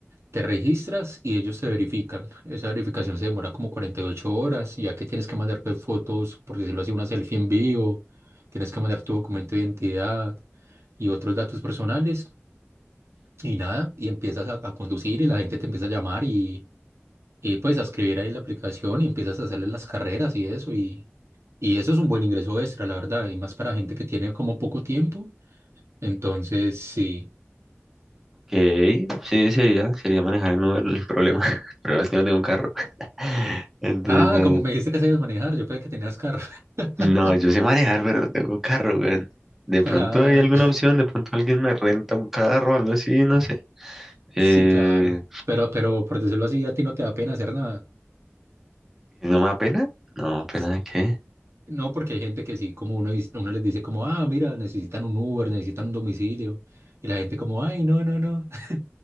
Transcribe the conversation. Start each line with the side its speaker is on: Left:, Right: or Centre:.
Right: Te registras y ellos te verifican. Esa verificación se demora como 48 horas, y ya que tienes que mandar pues, fotos, por decirlo así, una selfie en vivo, tienes que mandar tu documento de identidad y otros datos personales y nada, y empiezas a, a conducir y la gente te empieza a llamar y, y pues a escribir ahí en la aplicación y empiezas a hacerle las carreras y eso y, y eso es un buen ingreso extra, la verdad, y más para gente que tiene como poco tiempo. Entonces, sí.
Centre: Ok, sí, sería, sería manejar en Uber el problema. <laughs> El problema es que no tengo un carro. <laughs> Entonces
Right: Ah,
Centre: ya...
Right: como me dijiste que sabías manejar, yo pensé que tenías carro. <laughs>
Centre: No, yo sé manejar, pero no tengo carro, weón. De pronto
Right: Ah,
Centre: hay alguna opción, de pronto alguien me renta un carro o algo así, no sé. Eh,
Right: Sí, claro. Pero, pero por decirlo así, a ti no te da pena hacer nada.
Centre: ¿no me da pena? No, ¿pena
Right: S-
Centre: de qué?
Right: No, porque hay gente que sí, como uno, dice- uno les dice como, ah, mira, necesitan un Uber, necesitan un domicilio. Y la gente como, ay, no, no, no. <laughs>